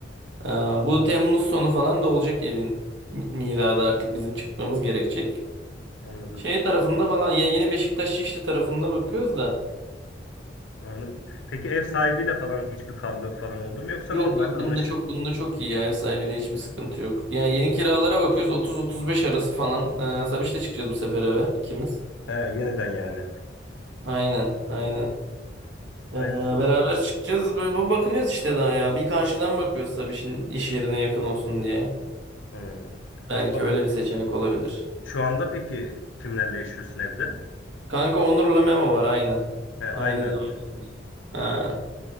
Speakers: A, on the right; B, on the left.
A: Ee, bu Temmuz sonu falan da olacak evin mi- miladı artık bizim çıkmamız gerekecek.
B: Anladım.
A: Şey tarafında falan yani yine Beşiktaş Şişli tarafında bakıyoruz da.
B: Anladım. Peki ev sahibiyle falan hiçbir kavga falan oldu mu yoksa
A: Yok
B: normal
A: yok
B: anlaşır.
A: bununla çok bununla çok iyi ya ev sahibiyle hiçbir sıkıntı yok. Yani yeni kiralara bakıyoruz 30-35 arası falan. Ee, Sabiş'le çıkacağız bu sefer eve ikimiz.
B: He yeniden yani.
A: Aynen aynen. Ee,
B: Hayırlısı olsun.
A: beraber çıkacağız böyle bu- bakınıyoruz işte daha ya. Bir karşıdan bakıyoruz Sabiş'in iş yerine yakın olsun diye.
B: Hmm.
A: Belki
B: Şu,
A: öyle bir seçenek olabilir.
B: şu anda peki kimlerle yaşıyorsun evde?
A: Kanka Onur'la Memo var aynı.
B: He, aynı
A: Aynı
B: arkadaşlar.
A: devam. Ha.